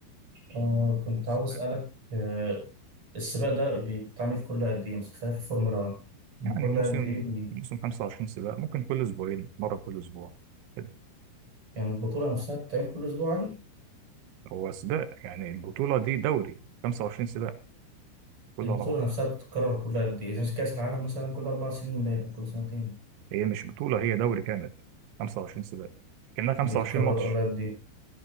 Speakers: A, on the right (about 30°); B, on the right (about 80°).
A: آه كنت
B: بس
A: عاوز اسالك آه السباق ده بيتعمل كل قد ايه مثلا خلاف الفورمولا 1 من
B: يعني
A: كل
B: الموسم
A: قد ايه بي...
B: الموسم 25 سباق ممكن كل أسبوعين مرة كل أسبوع كده
A: يعني البطوله نفسها بتتعمل كل اسبوع عادي
B: هو سباق يعني البطولة دي دوري 25 سباق كله
A: البطوله
B: على بعض
A: نفسها بتتكرر كل قد ايه اذا كاس العالم مثلا كل اربع سنين باين أو كل سنتين
B: هي مش بطولة هي دوري كامل 25 سباق كأنها 25
A: بيتكرر
B: ماتش
A: كل قد ايه